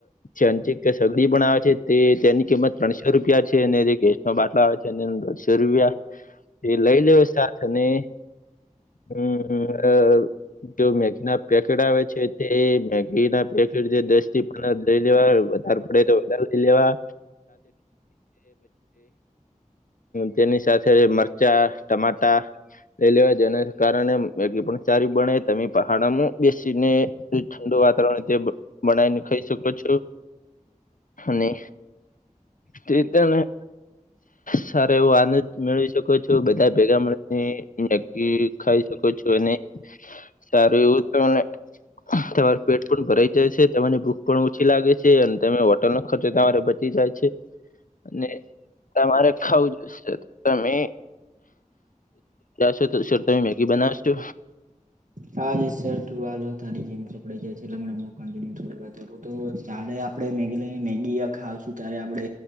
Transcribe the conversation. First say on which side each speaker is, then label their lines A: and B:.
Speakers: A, on the left (about 80°); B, on the right (about 70°).
A: છેં, સગડી પણ આવે છે. તે તેની કિંમત ત્રણસો રૂપિયા છે, અને જે ગેસ નો બાટલો આવે છે, એ દઢસો રૂપિયા. એ લઈ લેવા સાથે, અને હમ. જો મેગી ના પેકેટ આવે છે, તે મેગી ના પેકેટ જે, દસ થી પંદર લઈ લેવા વધારે. આપડે તો વધારે લઈ લેવા. તેની સાથે મરચાં, ટામેટા. લઈ લેવા, જે એના કારણે મેગી પણ સારી બને, તમે પહાડમાં બેસીને ઠંડુ વાતાવરણ તે બનાવીને, ખાઈ શકો છો. અને તે તમેં. સારા એવો આનંદ મેળવી શકો છો, બધા ભેગા મળેને, મેગી ખાઈ શકો છો નહી, સારું એવું તને. તમારું પેટ પણ ભરાઈ જાય છે, તમારી ભૂખ પણ ઓછી લાગે છે, અને તમે ટલ નો ખર્ચો તમારે બચી જાય છે, અને તમારે ખાવું જોઈશે તમે. જશો તો, તમે મેગી બનાવશો.
B: હા જ સર તું, હાલ તારી જીમપડા જાય છે, લે મ કિન્ય થોડી વા. <unintelligible> આપણે મેગી મેગી ખાવશું, ત્યારે આપડે